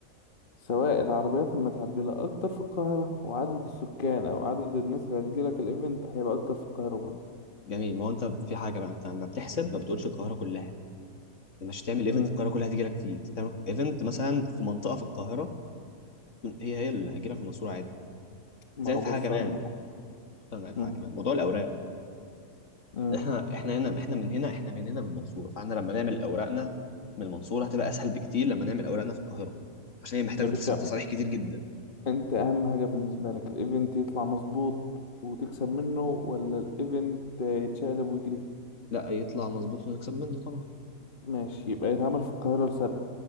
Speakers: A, on the left; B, on the left.
A: سواء العربيات المتعدله اكتر في القاهره وعدد السكان او عدد الناس اللي هتجيلك الايفنت هيبقى اكتر في القاهره برضه
B: جميل ما هو انت في حاجة بقى انت ما بتحسب ما بتقولش القاهرة كلها أنت مش هتعمل ايفنت
A: مم.
B: القاهرة كلها هتيجي لك فيه أنت بتعمل ايفنت مثلا في منطقة في القاهرة تكون هي هي اللي هتجي لك في المنصورة عادي
A: ما
B: زائد
A: هو
B: في
A: بص
B: حاجة كمان
A: اقول لك على-
B: استنى في
A: مم.
B: حاجة كمان موضوع الأوراق
A: مم.
B: احنا احنا هنا احنا من هنا احنا من هنا من المنصورة فاحنا لما نعمل أوراقنا من المنصورة هتبقى أسهل بكتير لما نعمل أوراقنا في القاهرة عشان هي محتاجة
A: يا باشا
B: تص- تصاريح كتير جدا
A: انت اهم حاجة بالنسبة لك الايفنت يطلع مظبوط وتكسب منه ولا الايفنت يتشقلب ويجري
B: لا يطلع مظبوط ونكسب منه طبعا
A: ماشي يبقى يتعمل في القاهرة لسبب